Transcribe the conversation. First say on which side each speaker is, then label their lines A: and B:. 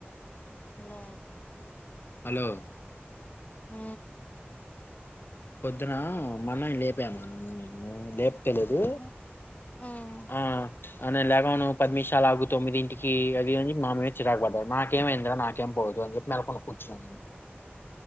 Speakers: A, on the left (about 35°); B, on the left (about 55°).
A: అలో
B: హలో
A: ఆ
B: పొద్దున మన్నని లేపాను నిన్ను లేప్ తెలీదు
A: ఉమ్ ఉమ్
B: ఆ ఆనేలే పది నిమిషాలుగు తొమ్మిదింటికి అది అని మామీద చిరాకు బడ్డాడు నాకేమైందిరా టెంపో నేను చెప్పిన అనుకోని కూర్చున్నా